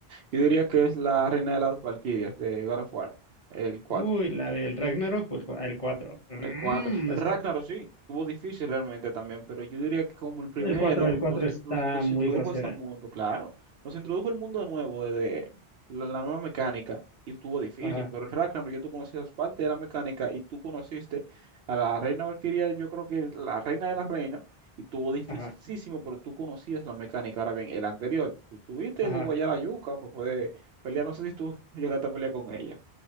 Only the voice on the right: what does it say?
yo diría que es la reina de las Valquirias de God of War, el 4.
El cuatro El
Ragnarok sí, tuvo difícil realmente también, pero yo diría que como el primero
nos,
no- nos
introdujo
a ese mundo, claro. Nos introdujo el mundo nuevo de, de la, la nueva mecánica y estuvo difícil,
pero el Ragnarok ya tú conocías parte de la mecánica y tú conociste a la reina Valkyria yo creo que la reina de la reina, y tuvo dificilísimo,
pero tú conocías la mecánica. Ahora bien, el anterior, tú tuviste
que guayar la yuca para poder pelear, no sé si tú llegaste a pelear con ella.